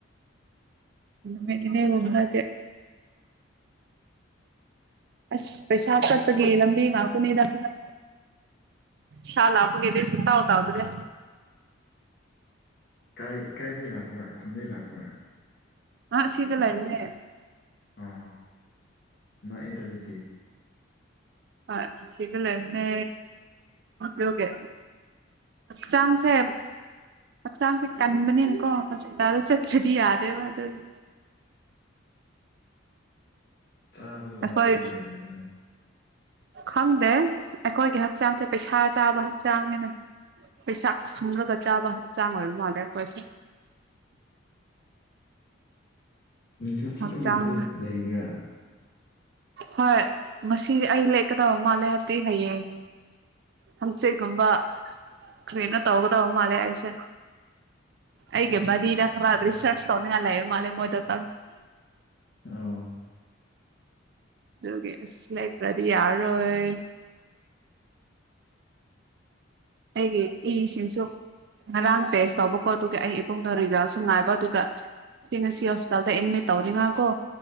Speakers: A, on the right (about 55°); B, on the left (about 50°).
A: ꯃꯗꯤꯅꯦ ꯅ ꯑꯁ ꯄꯩꯁꯥ ꯆꯠꯄꯒꯤ ꯂꯝꯕꯤ ꯉꯥꯛꯇꯅꯤꯗꯟꯅ ꯁꯂ ꯍꯥꯄꯒꯦꯗꯤ ꯁꯛꯇ ꯍꯗꯗ꯭ꯔꯦ
B: ꯀꯥꯏ ꯀꯥꯏꯗ ꯂꯥꯛꯄꯋꯥ ꯈꯨꯨꯟꯗꯤ ꯂꯋꯥ
A: ꯑ ꯁꯤꯒꯂ ꯏꯃꯦ
B: ꯑ ꯅ ꯑꯦꯇꯗꯨꯗꯤ
A: ꯑ ꯁꯤꯒꯂ ꯏꯃꯦ ꯌꯒꯦ ꯆꯥꯡꯁꯦ ꯍꯛꯆꯥꯡꯁꯦ ꯀꯟꯕꯅꯤꯅꯀꯣ ꯍꯣꯁꯄꯤꯇꯥꯜꯗꯣ ꯆꯠ꯭ꯔꯗꯤ ꯌꯥꯗꯦꯕ ꯑꯗꯨꯗꯤ
B: ꯆꯥꯕꯗꯣ ꯋꯥꯠꯄꯒꯤ
A: ꯑꯐꯣꯏ
B: ꯑꯣꯏꯔꯝꯒꯅꯤ
A: ꯈꯪꯗꯦ ꯑꯩꯈꯣꯏꯒꯤ ꯍꯛꯆꯥꯡꯁꯦ ꯄꯩꯁꯥ ꯆꯥꯕ ꯍꯛꯆꯥꯡꯅꯦꯅ ꯄꯩꯁꯥ ꯁꯨꯝꯔꯒ ꯆꯥꯕ ꯍꯛꯆꯥꯡ ꯑꯣꯏ ꯃꯥꯜꯂꯦ ꯑꯩꯈꯣꯏꯁꯨ
B: ꯅꯨꯡꯆꯨꯞ ꯆꯨꯞꯄꯒꯤꯗꯨ
A: ꯍꯛꯆꯥꯡ
B: ꯂꯩꯒꯦꯔꯥ
A: ꯍꯣꯏ ꯃꯁꯤꯗꯤ ꯑꯩ ꯂꯦꯛꯀꯗꯕ ꯃꯥꯜꯂꯦ ꯍꯥꯏꯕꯗꯤ ꯍꯌꯦꯡ ꯍꯪꯁꯤꯒꯨꯝꯕ ꯀꯅ ꯇꯒꯗꯕ ꯃꯥꯂꯦ ꯍꯥꯏꯁꯦ ꯑꯩꯒ ꯔꯤ ꯏꯔꯠꯇꯔꯤꯁꯁ ꯇꯧꯅꯤꯡꯒꯂꯑ ꯃꯥꯂ ꯃꯣꯏꯗ ꯇ
B: ꯑꯣ
A: ꯀꯦꯁ ꯂꯩ ꯄꯗꯤ ꯌꯥꯔ ꯑꯣꯏꯣꯏ
B: <inaudible>
A: ꯑꯩꯒꯤ ꯏ ꯁꯤꯟꯁꯨ ꯉꯔꯥꯡ ꯇꯦꯁ ꯇꯧꯕꯀꯣ ꯑꯗꯨꯒ ꯑꯩ ꯏꯕꯨꯡꯗꯣ ꯔꯤꯖꯜꯁꯨ ꯉꯥꯏꯕ ꯑꯗꯨꯒ ꯁꯤ ꯉꯁꯤ ꯍꯣꯁꯄꯤꯇꯥꯜꯗ ꯑꯦꯗꯃꯤꯠ ꯇꯧꯔꯤ ꯉꯥꯀꯣ